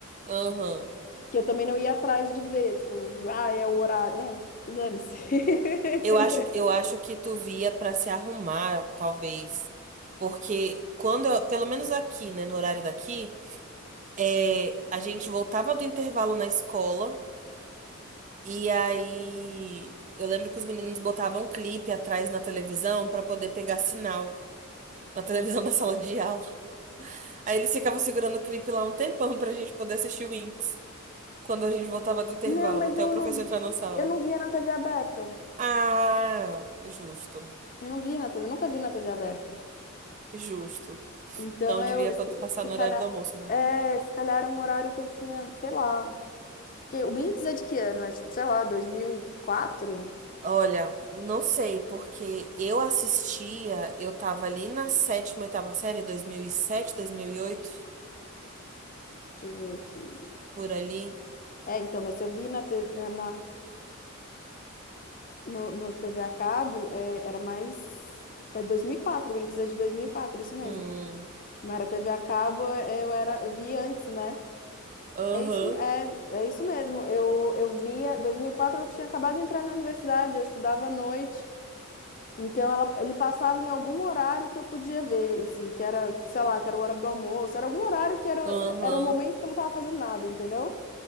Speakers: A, on the right; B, on the left.
A: Aham.
B: Que eu também não ia atrás de ver, tipo, ah, é o horário. Não, dane-se. <laughs> Entendeu?
A: Eu acho, eu acho que tu via pra se arrumar, talvez. Porque quando, eu- pelo menos aqui, né, no horário daqui, é, a gente voltava do intervalo na escola. E aí, eu lembro que os meninos botavam um clipe atrás na televisão pra poder pegar sinal na televisão da sala de aula. Aí eles ficavam segurando o clipe lá um tempão pra gente poder assistir o Winx quando a gente voltava do intervalo,
B: Não, mas
A: até
B: eu
A: o professor
B: não,
A: entrar na sala.
B: eu não via na TV aberta.
A: Ah, justo,
B: Eu não via na TV, nunca vi na TV aberta.
A: justo.
B: Então
A: Então
B: eu,
A: devia
B: se,
A: pod- passar
B: se
A: no
B: calhar,
A: horário do almoço, né?
B: é, se calhar era um horário que eu tinha, sei lá. Porque o Winx é de que ano? É tipo, sei lá, dois mil e quatro.
A: Olha, não sei, porque eu assistia, eu tava ali na sétima, oitava série, dois dois mil mil e sete dois mil e oito
B: Deixa eu ver aqui.
A: por ali.
B: É, é então, mas se eu vi na, te- na no, no TV a cabo, é, era mais. É 2004, o Winx é de 2004, isso mesmo.
A: Hum.
B: Mas era TV a cabo, é, eu era, eu vi antes, né?
A: Aham.
B: É isso, é, é isso mesmo. Eu, eu via, 2004 eu tinha acabado de entrar na universidade, eu estudava à noite. Então ela, ele passava em algum horário que eu podia ver, assim, que era, que, sei lá, que era o horário do almoço, era algum horário que era,
A: Aham,
B: era o momento que eu não estava fazendo nada, entendeu?